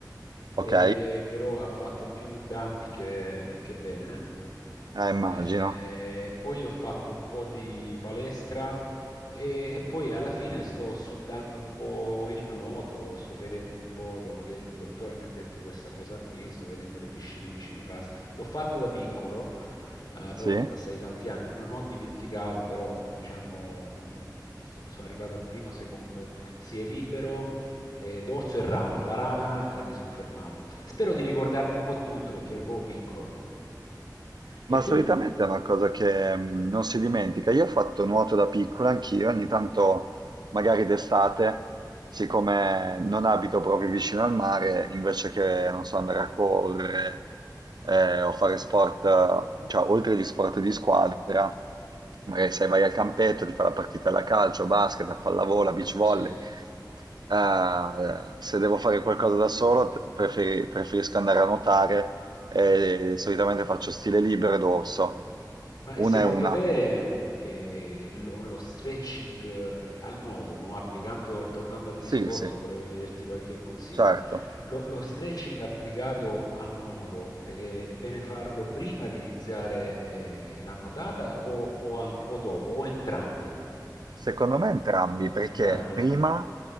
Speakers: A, on the right; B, on the left.
A: Ok?
B: eh, però ha fatto più danni che, che bene.
A: Eh, immagino,
B: Eh, Eh, poi ho fatto un po' di palestra e, e poi alla fine sto sondando un po' il nuoto, sto vedendo un po', dopo che il dottore mi ha detto questa cosa qui, sto vedendo le piscine vicino casa. L'ho fatto da piccolo, eh, però
A: sì.
B: passai tanti anni, non ho dimenticato, però diciamo, non- so- sono arrivato al primo, secondo, si è libero e dorso e rana. La rana, eh, mi sono fermato. Spero di ricordarmi un po' tutto perché ero proprio piccolo.
A: Ma
B: E tu?
A: solitamente è una cosa che mm, non si dimentica. Io ho fatto nuoto da piccola anch'io, ogni tanto, magari d'estate, siccome non abito proprio vicino al mare, invece che, non so, andare a correre eh, o fare sport, eh, cioè oltre agli sport di squadra, Magari sai, vai al campetto, ti fai la partita alla calcio, a basket, a pallavolo, a beach volley.
B: Sì.
A: Eh, se devo fare qualcosa da solo, t- preferi- preferisco andare a nuotare e solitamente faccio stile libero ed orso.
B: Ma
A: Una
B: eh, secondo
A: e una.
B: te mh, eh, lo, lo stretching eh, al nuoto, no? Applicando, tornando al discorso,
A: Sì, sì,
B: volevo chiederti qualche consiglio.
A: certo.
B: Lo, lo stretching applicato al nodo, eh, è bene farlo prima di iniziare, eh, la nuotata o, o anche- o dopo, o entrambi?
A: Secondo me entrambi, perché
B: Entrambi,
A: prima,
B: eh?